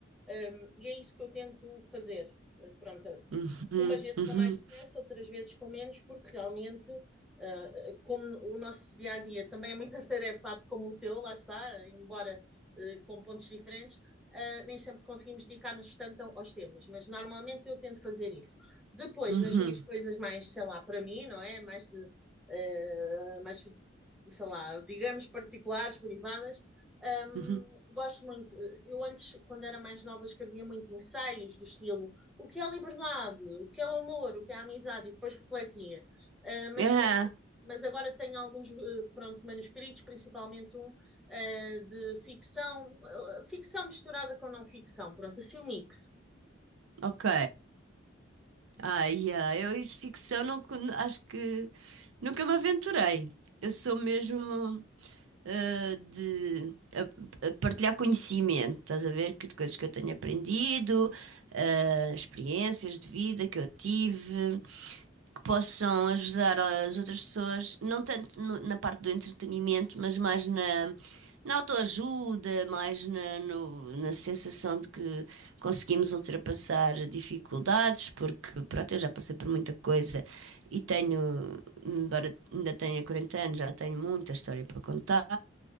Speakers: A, in the centre; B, on the right.
A: Um, e é isso que eu tento fazer. Uh, pronto,
B: Uhum,
A: umas vezes
B: uhum,
A: com mais sucesso, outras vezes com menos, porque realmente, uh, como o nosso dia a dia também é muito <laughs> atarefado como o teu, lá está, embora uh, com pontos diferentes, Uh, nem sempre conseguimos dedicar-nos tanto aos temas, mas normalmente eu tento fazer isso. Depois,
B: uhum,
A: nas minhas coisas mais, sei lá, para mim, não é? Mais de, uh, mais, sei lá, digamos, particulares, privadas, um,
B: uhum.
A: gosto muito. eh, Eu antes, quando era mais nova, escrevia muito ensaios do estilo o que é liberdade, o que é o amor, o que é a amizade, e depois refletia. Uh, mas,
B: Aham,
A: mas agora tenho alguns uh, pronto, manuscritos, principalmente um uh, de ficção, uh, ficção misturada com não ficção, pronto, assim um mix.
B: ok. Ah, yeah, eu isso ficção não, con- acho que nunca me aventurei. Eu sou mesmo eh, de a- a partilhar conhecimento, estás a ver? Que de coisas que eu tenho aprendido, eh, experiências de vida que eu tive, que possam ajudar as outras pessoas, não tanto no- na parte do entretenimento, mas mais na, na autoajuda, mais na, no- na sensação de que conseguimos ultrapassar dificuldades, porque pronto, eu já passei por muita coisa e tenho embora ainda tenha 40 anos, já tenho muita história para contar.